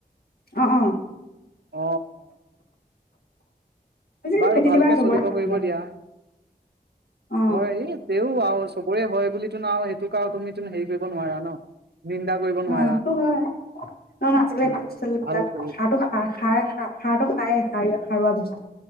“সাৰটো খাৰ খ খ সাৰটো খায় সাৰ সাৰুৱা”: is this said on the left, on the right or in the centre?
Left